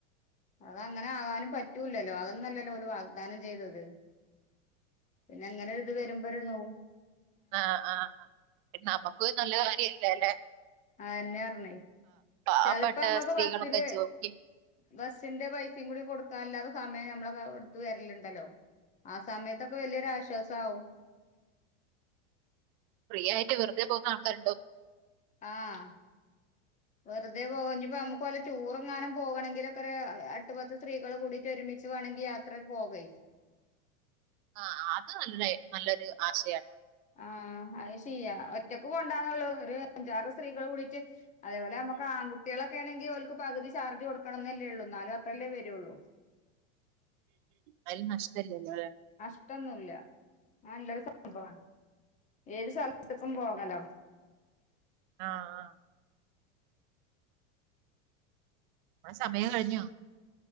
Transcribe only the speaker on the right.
ആഹ് ആഹ് നമ്മക്ക് ഒര് നല്ല കാര്യല്ലല്ലെ?
പാവപ്പെട്ട
സ്ത്രീകളൊക്കെ
ജോലിക്ക്
ഫ്രീയായിട്ട് വെറുതെ പോകുന്ന ആൾക്കാരുണ്ടോന്ന്
ആ അത് നല്ലൊര് ഐ നല്ലൊരു ആശയാട്ടോ
അതില് നഷ്ട്ടില്ലല്ലോ അല്ലെ
ആ ആ അമ്മടെ സമയം കഴിഞ്ഞോ